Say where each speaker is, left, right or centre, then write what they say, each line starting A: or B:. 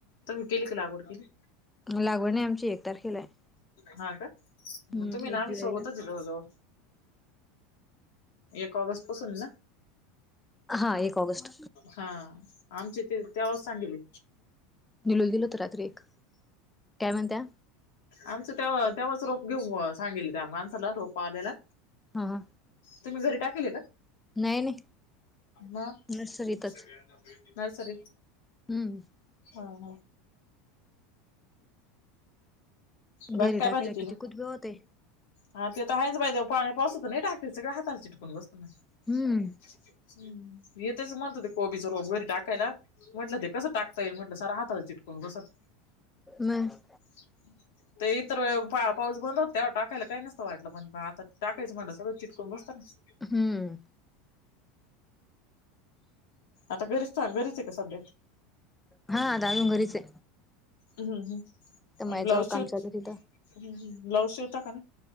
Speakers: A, on the left; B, in the centre.
A: त मी केली काला लागवड केली
B: लागवड नाही आमची एक तारखेला आहे
A: हा का
B: हम्म
A: म तुम्ही नाम
B: एक जुलैला.
A: सोबतच ज जवळ एक ऑगस्ट पासून ना
B: हा एक ऑगस्ट
A: हा आमचे ते त्यास सांगेली
B: निलून दिलत रात्री एक काय म्हणत्या
A: आमचं ते तेव्हाच रोप घेऊ सांगेल त्या माणसाला रोप आलेला
B: हा हा
A: तुम्ही घरी टाकल
B: नाही नाही
A: न
B: नर्सरीतच
A: सर
B: हम्म
A: हा हा बघ
B: घरी
A: काय
B: टाकायला
A: भाजीतील
B: किती कुतबे होते
A: हा ते तर आहेच बाय देव पाणी पासत नाही टाकते सगळ हाताला चिटकून बसतना ह
B: हम्म
A: येतच म्हणतो ते कोबी ज वगैरे टाकायला म्हट ते कसं टाकता येईल म्हट सर हहात चिटक बसात
B: मग
A: हम् ते इतर पाऊस बंद होतते टाकायला काही नसतं वाटलं पण आता टाकायचं म्हटलं सगळं चिटकून बसत ना.
B: हम्म
A: आता घरीच सां गरीच आहे का सध्या?
B: हा अ दादून घरीचे
A: ह्म ह्म
B: मायचं
A: ब्लाऊज
B: काम
A: श
B: चालू तिथं
A: ब्लाउज शवता का?